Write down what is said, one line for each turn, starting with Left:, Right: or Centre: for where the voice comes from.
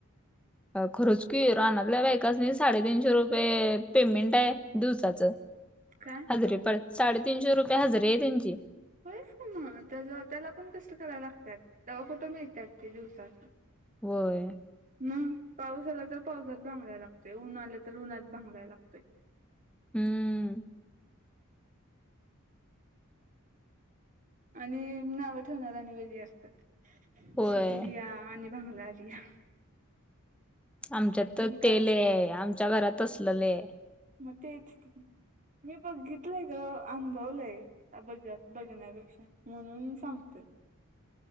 Centre: खरच की, रानातल्या बाईकासनी साडेतीनशे रुपये पेमेंटय दिवसाचं.
Right: काय?
Centre: हजरी पड साडेतीनशे रुपये हजरी आहे त्यांची.
Right: होयचं की मग, त्या त्याला पण कष्ट करायला लागतात तेव्हा कुठं मिळतात ते दिवसाचं.
Centre: होय.
Right: मंग पाऊस आला तर पावसात भांगलाय लागतंय उन आलं तर उन्हात भांगलाय लागतंय.
Centre: हम्म.
Right: आणि नाव ठेवणारी आणि वेगळी असत्यात
Centre: होय
Right: शिकलीया आणि भांगलाय आलीया.
Centre: आमच्यात तर
Right: काय
Centre: ते
Right: उपयोग
Centre: लईय आमच्या घरात तसंल लईय.
Right: मग तेच की मी बघितलंय गं अनुभवलंय. बघ बघण्यापेक्षा म्हणून मी सांगतोय.